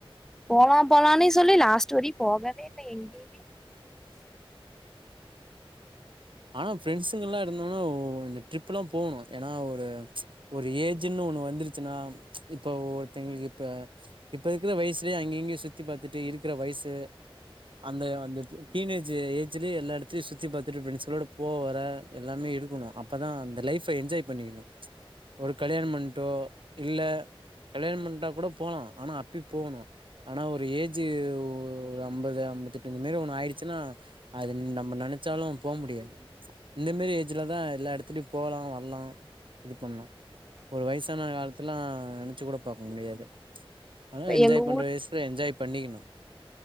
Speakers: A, in the centre; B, on the right (about 60°).
A: போலா போலானே சொல்லி லாஸ்ட் வரியோ போகவே இல்ல எங்கேயமே
B: ஆனா ப்ரெண்ட்ஸுங்கலா இருந்தாங்கனா ஓ இந்த ட்ரிப்புலா போணோ ஏன்னா ஒரு ஒரு ஏஜ்ஜுன்னு ஒண்ணு வந்துருச்சுன்னா இப்ப ஒருத்தவுங்குளுக்கு இப்ப இப்ப இருக்குற வயசுலேயே அங்க இங்கயு சுத்தி பாத்துட்டு இருக்குற வயசு அந்த அந்த டீனேஜ் ஏஜ்லய எல்லா இடத்தையு சுத் சுத்தி பாத்துட்டு பிரண்ட்ஸுங்களோட போ வர எல்லாமே இருக்கணோ அப்பதா அந்த லைஃப்ப என்ஜாய் பண்ணிக்கணோ ஒரு கல்யாணம் பண்டோ இல்ல கல்யாண பண்டா கூட போலா ஆனா அப்பியோ போவணோ ஆனா ஒரு ஏஜ்ஜு ஒரு அம்பது அம்பத்தெட்டு இந்த மாதிரி ஒண்ணு ஆயிடுச்சுன்னா அது நம்ம நெனைச்சாலு போ முடியாது இந்த மேரி ஏஜ்லதா எல்லா இடத்துலியு போலா வர்லா இது பண்லா ஒரு வயசு வயசான காலத்தல்லா நெனைச்சுக் கூட பாக்க முடியாது ஆனா என்ஜாய்
A: எங்க
B: பண்ற
A: ஊர்
B: வயசு என்ஜாய் பண்ணிக்கிணு